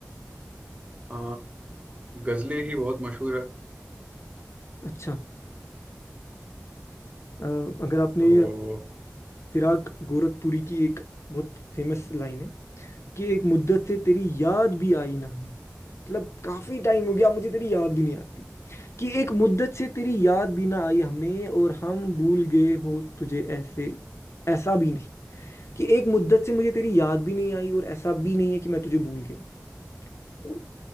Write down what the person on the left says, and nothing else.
अच्छा अ, अगर आपने
फिराक गोरखपुरी की एक बहुत फेमस लाइन है कि एक मुद्दत से तेरी याद भी आई ना हमें मतलब काफी टाइम हो गया मुझे तेरी याद भी नहीं आती कि एक मुद्दत से तेरी याद भी ना आई हमें और हम भूल गए हो तुझे ऐसे ऐसा भी नहीं कि एक मुद्दत से मुझे तेरी याद भी नहीं आई और ऐसा भी नहीं है कि मैं तुझे भूल गया हूं। तो